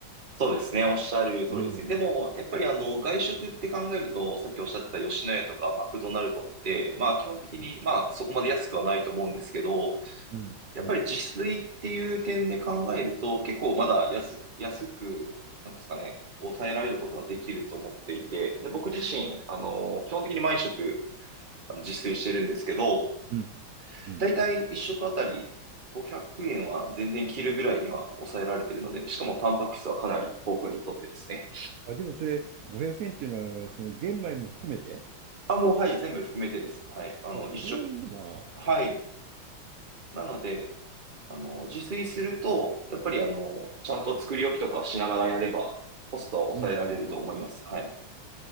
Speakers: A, on the right (about 30°); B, on the right (about 80°).
A: そうですね。おっしゃる通りですね。
B: うん。
A: でも、やっぱりあの、外食って考えると、さっきおっしゃってた吉野家とかマクドナルドって、まあ基本的に、
B: うん
A: まあそこまで安くはないと思うんですけど、
B: うん、
A: やっぱり自炊っていう点で考えると、
B: うん、
A: 結構まだ安く、安く、なんですかね、抑えられることはできると思っていて、で、僕自身、あの、基本的に毎食、あの自炊してるんですけど、
B: うん、うん。
A: だいたい1食あたり500円は全然切るぐらいには抑えられているので、しかもタンパク質はかなり豊富にとってですね。
B: あ、でもそれ、500円っていうのは、その玄米も含めて
A: あ、もうはい、全部含めてです。はい、あの、
B: あ、それはいいな。
A: 1食、はい、なので、あの、自炊すると、やっぱりあの、ちゃんと作り置きとかしながらやれば、コストは抑えられると思います。
B: うんうんうんうん。
A: はい。